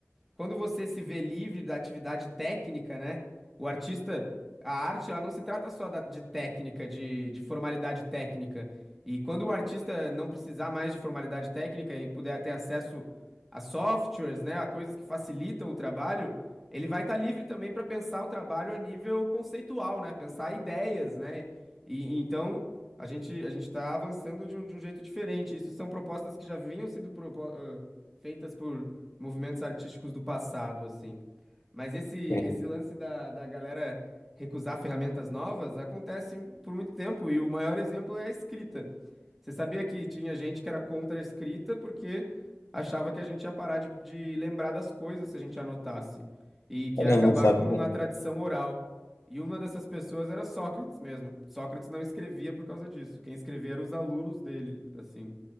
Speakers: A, in the centre; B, on the left.
A: quando você se vê livre da atividade técnica, né? O artista, a arte, ela não se trata só da- de técnica, de, de formalidade técnica. E quando o artista não precisar mais de formalidade técnica e puder ter acesso a softwares, né, a coisas que facilitam o trabalho, ele vai estar livre também para pensar o trabalho a nível conceitual, né? Pensar ideias, né? E então a gente a gente está avançando de um, de um jeito diferente. Isso são propostas que já vinham sendo propo- ãh, feitas por movimentos artísticos do passado, assim. Mas esse, esse
B: Sim.
A: lance da, da galera recusar ferramentas novas acontece por muito tempo, e o maior exemplo é a escrita. Você sabia que tinha gente que era contra a escrita porque achava que a gente ia parar de, de lembrar das coisas se a gente anotasse, e que
B: Olha,
A: ia acabar
B: Eu não sabia.
A: com a tradição oral. E uma dessas pessoas era Sócrates mesmo. Sócrates não escrevia por causa disso. Quem escrevia eram os alunos dele, assim.